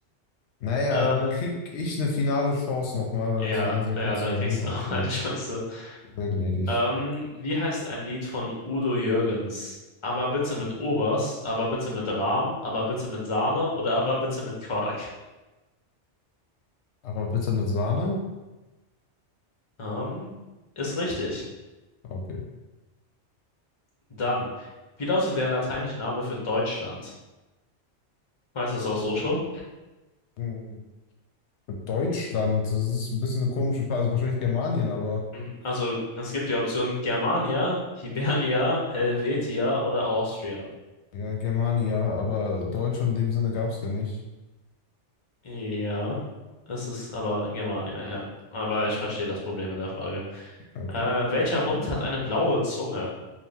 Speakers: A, on the left (about 75°); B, on the left (about 30°).
A: Naja,
B: <laughs> äh,
A: krieg ich eine finale Chance nochmal,
B: ja,
A: weil das war ein sehr
B: ja,
A: kurzer
B: dann
A: Run.
B: kriegst
A: Okay,
B: du <laughs> noch eine Chance.
A: sehr gnädig.
B: Ähm, wie heißt ein Lied von Udo Jürgens? Aber bitte mit Obers, aber bitte mit Rahm, aber bitte mit Sahne oder aber bitte mit Quark?
A: Aber bitte mit Sahne?
B: Ähm, ist richtig.
A: Okay.
B: Dann, wie lautet der lateinische Name für Deutschland? Weißt du es auch so schon?
A: Hm, Deutschland, das ist ein bisschen eine komische Frage. Also wahrscheinlich Germanien, aber
B: Mhm. Also, es gibt die Option Germania, Hibernia, Helvetia oder Austria.
A: ja, Germania, aber Deutschland in dem Sinne gab es ja nicht.
B: Ja, es ist aber Germania, ja. Aber ich verstehe das Problem mit der Frage.
A: Okay.
B: Äh, welcher Hund hat eine blaue Zunge?